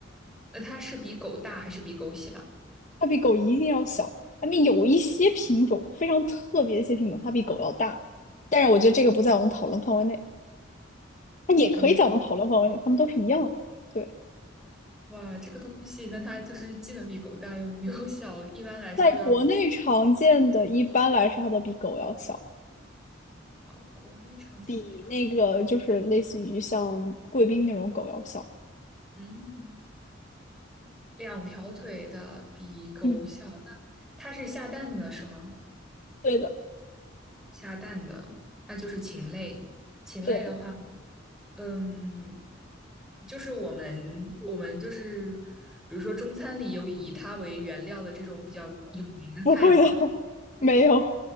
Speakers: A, in the centre; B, on the left.
A: 那它是比狗大还是比狗小？
B: 它比狗一定要小。它们有一些品种非常特别的一些品种，它比狗要大，但是我觉得这个不在我们讨论范围内，它也可以在我们讨论范围内，
A: 嗯，
B: 它们都是一样的。对，
A: 哇，这个东西，那它就是既能比狗大，又能比狗小。一般来说要比，
B: 在国内常见的，一般来说它都比狗要小，
A: 好，国内常见的比狗，
B: 比那个就是类似于像贵宾那种狗要小。
A: 嗯。两条腿的比狗小，
B: 嗯，
A: 那它是下蛋的是吗？
B: 对的，
A: 下蛋的，那就是禽类。禽类的话，
B: 对，
A: 嗯，就是我们我们就是，比如说中餐里有以它为原料的这种比较有名的菜吗？
B: 不会的，<laughs> 没有，